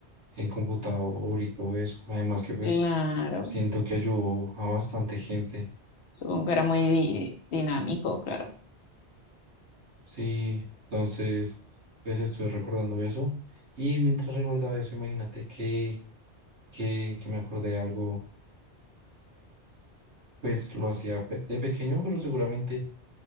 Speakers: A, on the right (about 90°); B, on the left (about 75°).
A: en computador y todo eso. Además que pues
B: claro.
A: siento que ayudó a bastante gente.
B: Supongo que era muy di- dinámico, claro.
A: Sí, entonces pues estoy recordando eso. Y mientras recordaba eso, imagínate que, que, que me acordé de algo Pues lo hacía pe- de pequeño, pero seguramente,